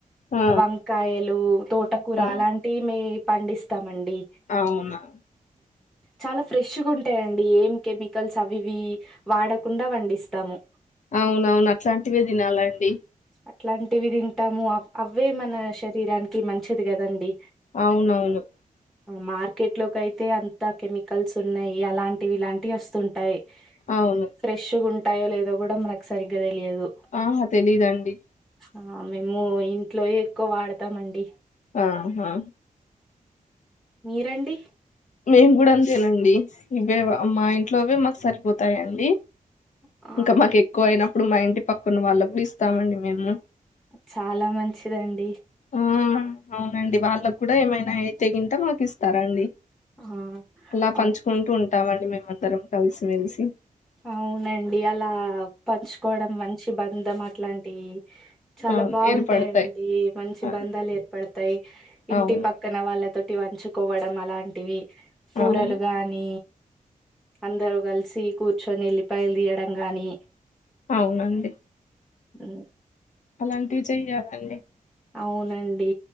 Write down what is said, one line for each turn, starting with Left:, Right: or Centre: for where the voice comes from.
Left: ఆ
Centre: వంకాయలు తోటకూర
Left: ఆ
Centre: అలాంటి టీవీ పండిస్తామండి
Left: అవునా
Centre: చాలా ఫ్రెష్ గా ఉంటాయండి ఏం కెమికల్స్ అవివి వాడకుండా వండిస్తాము
Left: అవునవును అట్లాంటివే తినాలండి
Centre: అట్లాంటివి తింటాము అవే మన శరీరానికి మంచిది కదండి
Left: అవునవును
Centre: మార్కెట్ లోకి అయితే అంతా కెమికల్స్ ఉన్నావి అలాంటివి ఇలాంటివి వస్తుం టాయి
Left: అవును
Centre: ఫ్రెష్ గా ఉంటాయో లేదో కూడా మనకు సరిగ్గా తెలియదు
Left: ఆహా తెలీదండి
Centre: ఆ మేము ఇంట్లోవే ఎక్కువ వాడతామండి
Left: ఆహా
Centre: మీరండి
Left: మేము కూడా అంతేనండి ఇవే మా ఇంట్లోవే మాకు సరిపోతాయండి
Centre: ఆ!
Left: ఇంకా మాకు ఎక్కువ అయినప్పుడు మా ఇంటి పక్కన వాళ్ళ కూడా ఇస్తామండి మేము
Centre: చాలా మంచిదండి
Left: ఆ అవునండి వాళ్ళకు కూడా ఏమైనా అయితేగింటే మాకు ఇస్తారండి
Centre: ఆ
Left: అలా పంచుకుంటూ
Centre: అవ్
Left: ఉంటామండి మేమందరం కలిసిమెలిసి
Centre: అవునండి అలా పంచుకోవడం మంచి బంధం అట్లాంటి చాలా
Left: అవును
Centre: బాగుంటాయిండి
Left: ఏర్పడతాయి
Centre: మంచి
Left: ఆ,
Centre: బంధాలు ఏర్పడతాయి ఇంటి
Left: అవును
Centre: పక్క పక్కన వాళ్ళతోటి వంచుకోవడం అలాంటివి కూరలుగా
Left: అవును
Centre: ని అందరూ కలిసి కూర్చొని ఉల్లిపాయలు తీయడం కానీ
Left: అవునండి
Centre: ఉ
Left: అలాంటివి చెయ్యాలండి
Centre: అవునండి